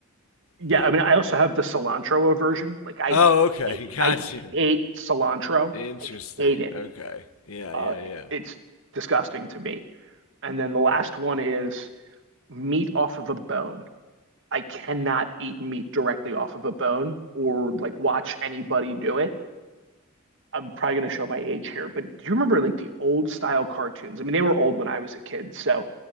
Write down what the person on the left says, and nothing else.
yeah.
Oh, okay. <laughs> Gotcha.
Interesting.
Okay. Yeah,
yeah, yeah.